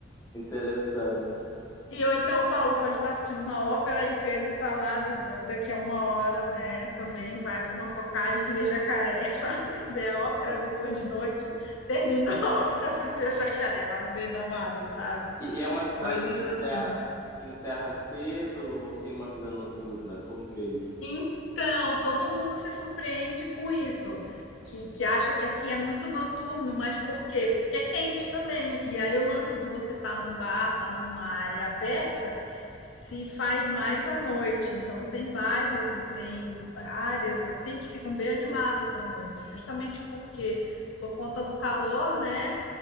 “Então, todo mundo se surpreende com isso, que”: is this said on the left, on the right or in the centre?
Left